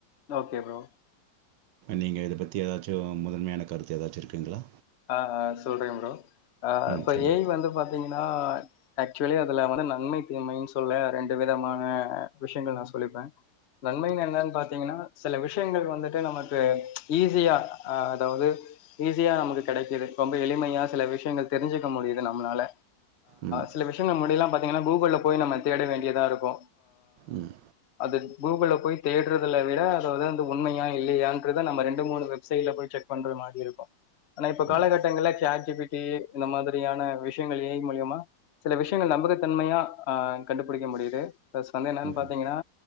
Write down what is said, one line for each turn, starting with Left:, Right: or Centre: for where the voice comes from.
Left: ஓகே ப்ரோ
Right: நீங்க இத பத்தி ஏதாச்சு முதன்மையான கருத்து ஏதாச்சு இருக்குங்களா
Left: அ அ சொல்றே ப்ரோ அ
Right: ம்
Left: இப்ப
Right: கண்டிப்பா.
Left: ஏ ஐ வந்து பாத்தீங் ஆக்சுவலி அதுல வந்து நன்மை தீமைன்னு சொல்ல ரெண்டு விதமான விஷயங்கள் நா சொல்லிப்பே நன்மைன என்னன் பாத்தீங்கனா சில விஷயங்கள் வந்துட்டு நமக்கு ஈஸியா அதாவது ஈஸியா நமக்கு கெடைக்குது ரொம்ப எளிமையா சில விஷயங்கள் தெரிஞ்சுக்க முடியுது நம்மளால
Right: ம்,
Left: சில விஷயங்கள் முன்னாடிலா பாத்தீங்கனா கூகுள்ல போய் நம்ம தேட வேண்டியதா இருக்கு
Right: ம்,
Left: அது கூகுள்ல போய் தேட்றது விட அது வந்து உண்மையா இல்லையாங்கிறத நம்ம ரெண்டு மூணு வெப்சைட் போய் செக் பண்ற மாரி இருக்கும் ஆனா இப்ப
Right: ம்,
Left: காலகட்டங்கள்ல சாட் ஜி பி டி இந்த மாதிரியான விஷயங்கள் ஏ ஐ மூலியமா சில விஷயங்கள் நம்பகத்தன்மையா அ கண்டுபிடிக்க முடியுது பிளஸ் வந்து என்னன்னு
Right: ம்ஹ்ம்.
Left: பாத்தீங்கனா